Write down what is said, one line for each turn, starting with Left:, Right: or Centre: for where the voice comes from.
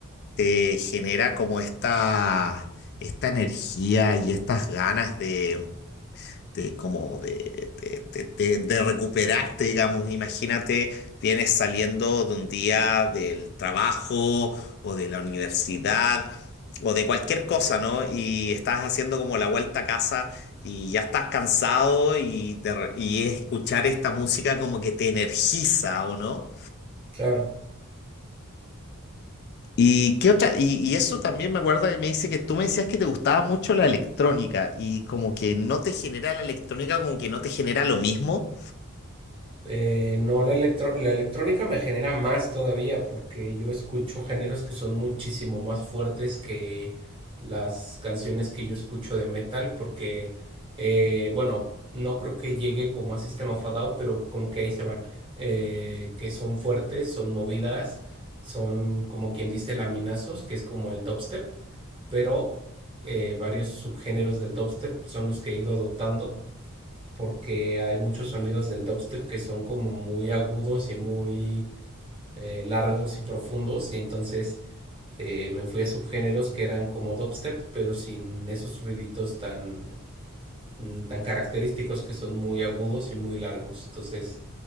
Left: te genera como esta, esta energía y estas ganas de, de como de, de, de- de- de recuperarte, digamos. Imagínate, vienes saliendo de un día del trabajo o de la universidad o de cualquier cosa, ¿no? Y estás haciendo como la vuelta a casa. Y ya estás cansado y, de re- y escuchar esta música como que te energiza, ¿o no?
Right: Claro.
Left: ¿Y qué otra? Y, y eso también me acuerdo que me dice que tú me decías que te gustaba mucho la electrónica y como que no te genera la electrónica, como que no te genera lo mismo.
Right: Eh, no, la, electro- la electrónica me genera más todavía porque yo escucho géneros que son muchísimo más fuertes que las canciones que yo escucho de metal porque, eh, bueno, no creo que llegue como a System of a Down, pero como que ahí se van, eh, que son fuertes, son movidas, son como quien dice laminazos, que es como el dubstep, pero eh, varios subgéneros del dubstep son los que he ido adoptando porque hay muchos sonidos del dubstep que son como muy agudos y muy eh, largos y profundos y entonces eh, me fui a subgéneros que eran como dubstep pero sin esos ruiditos tan mm, tan característicos que son muy agudos y muy largos entonces